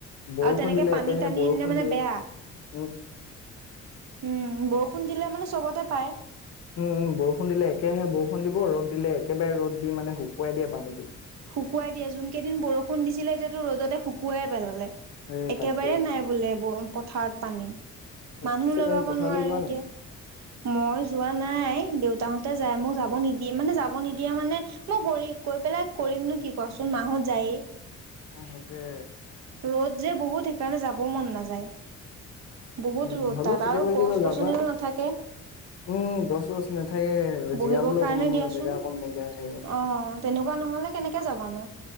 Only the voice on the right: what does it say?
আৰু তেনেকে
পানী
টানি
আনিলে মানে
বেয়া।
উম, বৰষুণ দিলে মানে চবতে পায়।
শুকুৱাই দিয়ে, যোন কেইদিন বৰষুণ দিছিলে এতিয়াতো ৰ'দতে শুকুৱাই পেলালে।
একেবাৰে
নাই বোলে ব- পথাৰত পানী, মানুহ
লগাব
নোৱাৰে
এতিয়া।
মই যোৱা নাই দেউতাহঁতে যায় মোক যাব নিদিয়ে, মানে যাব নিদিয়ে মানে মই গই, কৈ পেলাই কৰিমনো কি কোৱাচোন মাহত যায়েই।
ৰ'দ যে বহুত সেইকাৰণে যাবও মন নাযায়। বহুত
ৰ'দ
তাত
আৰু
গছ গছনিও
নাথাকে
বহিবৰ কাৰণে
দিয়াচোন,
অ',
তেনেকুৱা নহ'লে কেনেকে যাবানো।